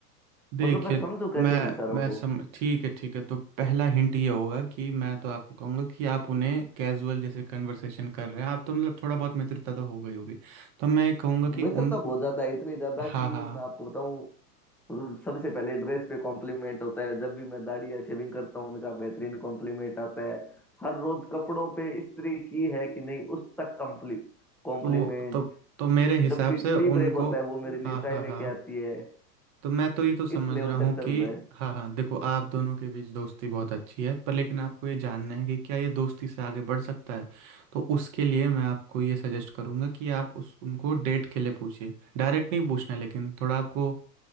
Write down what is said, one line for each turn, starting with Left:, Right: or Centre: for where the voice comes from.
Right: देखिए
Centre: मतलब मैं समझू कैसे
Right: मैं
Centre: इन इशारों
Right: मैं
Centre: को
Right: सम ठीक है ठीक है तो पहला हिंट ये होगा कि मैं तो आपको कहूंगा कि आप उन्हें कैजुअल जैसे कन्वर्सेशन कर रहे हैं आप तो मतलब थोड़ा बहुत मित्रता तो हो गई होगी तो मैं कहूंगा कि
Centre: मित्रता
Right: उन
Centre: बहुत ज्यादा है इतनी ज्यादा
Right: हाँ
Centre: कि
Right: हाँ
Centre: मैं आपको बताऊं सबसे पहले ड्रेस पे कॉम्प्लीमेंट होता है जब भी मैं दाढ़ी या शेविंग करता हूँ उनका बेहतरीन कॉम्प्लीमेंट आता है हर रोज कपड़ों पे इस्त्री की है कि नहीं उस तक कम्प्ली कॉम्प्लीमेंट
Right: तो तो तो मेरे हिसाब
Centre: जब भी
Right: से उनको
Centre: टी ब्रेक होता है वो मेरे लिए
Right: हाँ
Centre: चाय
Right: हाँ
Centre: लेके
Right: हाँ
Centre: आती है
Right: तो मैं तो ये तो समझ
Centre: इस लेवल
Right: रहा हूँ
Centre: तक चल
Right: कि
Centre: रहा है
Right: हाँ हाँ देखो आप दोनों के बीच दोस्ती बहुत अच्छी है पर लेकिन आपको ये जानना है कि क्या ये दोस्ती से आगे बढ़ सकता है तो उसके लिए मैं आपको ये सजेस्ट करूँगा कि आप उस उनको डेट के लिए पूछिए डायरेक्ट नहीं पूछना है, लेकिन थोड़ा आपको